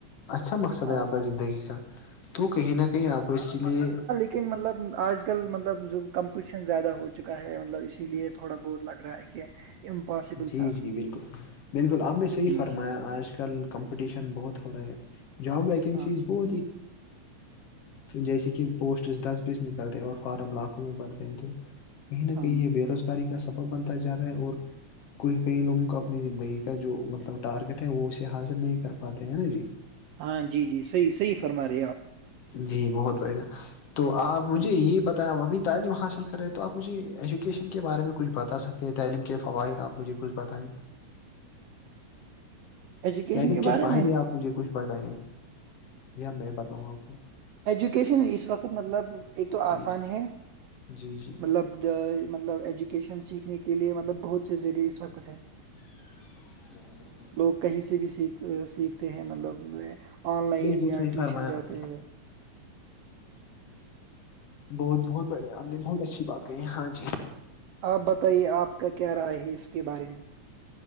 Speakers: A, on the left; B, on the right.
A: اچھا مقصد
B: ہاں
A: ہے آپ کا زندگی کا تو کہیں نہ کہیں آپ کو اس کے لیے
B: ن مطلب آج کل مطلب جو کمپٹیشن زیادہ ہو چکا ہے مطلب اسی لیے تھوڑا بہت لگ رہا ہے کہ <unintelligible>
A: جی
B: سا
A: جی بالکل بالکل آپ نے صحیح
B: جی
A: فرمایا
B: جی
A: آج کل کمپٹیشن بہت ہو رہا ہے جاب و
B: ہاں
A: پھر جیسے کہ پوسٹس دس بیز نکلتے ہیں اور فارم لاکھوں میں بڑھتے ہیں تو کہیں نہ
B: ہاں
A: کہیں یہ بے روزگاری کا سبب بنتا جا رہا ہے اور کوئی کئی لوگوں کو اپنی زندگی کا جو مطلب ٹارگیٹ ہے وہ اسے حاضر نہیں کر پاتے ہیں نا جی
B: ہاں جی جی صحیح صحیح فرما رہے آپ
A: جی بہت بڑھیا تو آپ مجھے
B: ہاں
A: یہ بتایا ابھی تعلیم حاصل رہے تو آپ مجھے ایجوکیشن کے بارے میں کچھ بتا سکتے ہیں تعلیم کے فوائد آپ مجھے کچھ بتائیں
B: ایجوکیشن
A: تلیم
B: کے
A: کیا
B: بارے
A: فائدے
B: میں
A: آپ <unintelligible> مجھے کچھ بتائے یا میں بتاؤں آپ کو
B: ایجوکیشن اس وقت مطلب ایک تو
A: جی
B: آسان
A: جی
B: ہے
A: جی جی
B: مطلب مطلب ایجوکیشن سیکھنے کے لیے مطلب بہت سے زذریع اس وقت ہے
A: <unintelligible> جیاں بالکل
B: لوگ کہیں سے بھی سیکھ سیکھتے ہیں مطلب آن لائن
A: بالکل
B: یا
A: صحیح
B: ٹیوشن
A: فرمایا
B: جاتے
A: آپ نے
B: ہیں
A: بہت بہت بڑھیا آپ نے بہت اچھی بات کہی ہے ہاں جی
B: آپ بتائیے آپ کا کیا رائے ہے اس کے بارے میں